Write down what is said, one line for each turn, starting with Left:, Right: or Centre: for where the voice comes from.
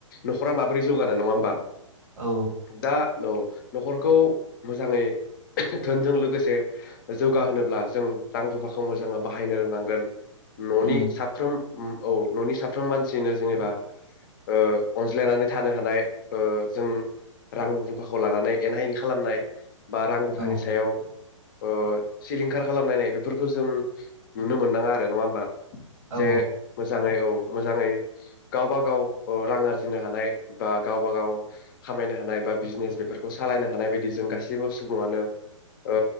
Left: न'खरा माबोरै जौगानो नङा होमबा
Right: औ
Left: दा न' न'खरखौ मोजाङै धोनजों लोगोसे जौगाहोनोब्ला जों रां रुफाखौ मोजाङै बाहायनो रोंनांगोन न'नि
Right: उम
Left: साफ्रोम उ औ न'नि साफ्रोम मानसिनो जेनेबा ओ अनज्लायनानै थानो हानाय ओ जों रां रुफाखौ लानानै एना एनि खालामनाय बा रां रुफानि
Right: औ
Left: सायाव ओ सिलिंखार खालामलायनाय बेफोरखौ जों नुनो मोननाङा आरो नङा होमबा
Right: औ
Left: जे मोजाङै औ मोजाङै गावबा गाव अ रां आरजिनो हानाय बा गावबा गाव खामायनो हानाय बा बिजनेस बेफोरखौ सालायनो हानाय बायदि जों गासैबो सुबुङानो ओ